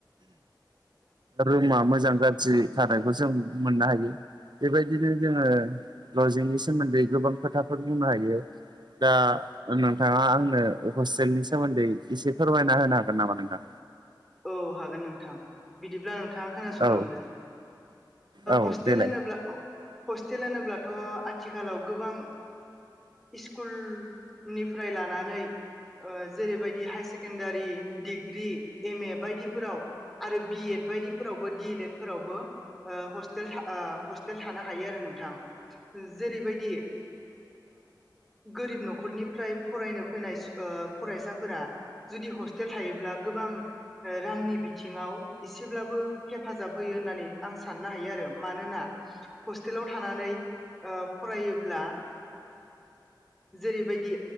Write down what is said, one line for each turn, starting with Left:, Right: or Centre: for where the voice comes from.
Right: रुमा मोजां गाज्रि थानायखौ जों मोननो हायो बेबायदिनो जोङो लजिंनि सोमोन्दै गोबां खोथाफोर बुंनो हायो दा नोंथाङा आंनो हस्टेलनि सोमोन्दै एसे फोरमायना होनो हागोन नामा नोंथां
Centre: औ हागोन नोंथां बिदिब्ला नोंथाङा खोनासंलांदो
Right: औ औ
Centre: हस्टेल
Right: देलाय
Centre: होनोब्ला हस्टेल होनोब्लाथ' आथिखालाव गोबां स्कुल निफ्राय लानानै जेरैबायदि higher secondary degree M A बायदिफोराव आरो बि एड बायदिफोरावबो डि एल एड फोरावबो हस्टेल हस्टेल थानो हायो आरो नोंथां जेरैबायदि गोरिब न'खरनिफ्राय फरायनो फैनाय फरायसाफोरा जुदि हस्टेल थायोब्ला गोबां रांनि बिथिङाव एसेब्लाबो हेफाजाब होयो होननानै आं साननो हायो आरो मानोना हस्टेलाव थानानै फरायोब्ला जेरैबायदि